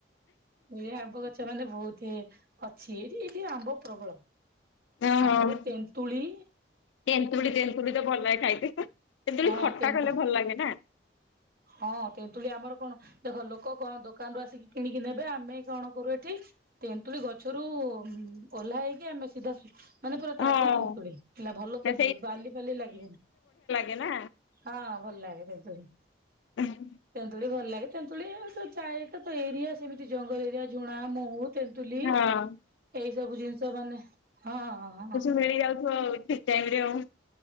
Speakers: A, on the right (about 50°); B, on the left (about 80°).
A: ଏଇ ଆମ୍ବ ଗଛ ମାନେ ବହୁତ୍ ଅଛି ଏଠି ଏଠି ଆମ୍ବ ପ୍ରବଳ।
B: ଓହୋ
A: ଆମ୍ବ ତେନ୍ତୁଳି।
B: ତେନ୍ତୁଳି ତେନ୍ତୁଳିତ ଭଲ ଲାଗେ ଖାଇତେ ତେନ୍ତୁଳି
A: ହଁ
B: ଖଟା
A: ତେନ୍ତୁ
B: କଲେ ଭଲ ଲାଗେନା।
A: ହଁ ତେନ୍ତୁଳି ଆମର କଣ ଦେଖ ଲୋକ କଣ ଦୋକାନରୁ ଆସିକି କିଣିକି ନେବେ ଆମେ କଣ କରୁ ଏଠି ତେନ୍ତୁଳି ଗଛରୁ ଓହ୍ଲା ହେଇକି ଆମେ ସିଧା ମାନେ ପୁରା
B: ହଁ।
A: ତାଜା ତେନ୍ତୁଳି ହେଲା ଭଲ ତେନ୍ତୁଳି
B: ନା
A: ବାଲି ଫାଲି ଲାଗିବନି।
B: କିନା
A: ହଁ ଭଲ ଲାଗେ ତେନ୍ତୁଳି।
B: <inaudible>
A: ତେନ୍ତୁଳି ଭଲ ଲାଗେ ତେନ୍ତୁଳି ଚାରିଟା ତ ଏରିଆ ସେମିତି ଜଙ୍ଗଲ ଏରିଆ ଝୁଣା ମହୁ ତେନ୍ତୁଲି
B: ହଁ
A: ଏଇ ସବୁ ଜିନିଷ ମାନେ ହଁ ହଁ ହଁ।
B: ଖେଳି ଯାଉଥିବ <unintelligible> ଟାଇମିରେ ଆଉ